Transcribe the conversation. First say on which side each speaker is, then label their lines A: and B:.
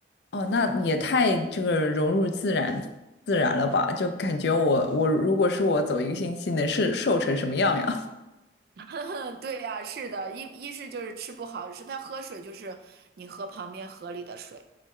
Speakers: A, on the left; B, on the right.
A: 哦，那也太这个融入自然自然了吧？就感觉我我如果是我走一个星期，能是瘦成什么样呀？
B: <laughs> 对呀，是的，一一是就是吃不好，是它喝水就是你喝旁边河里的水，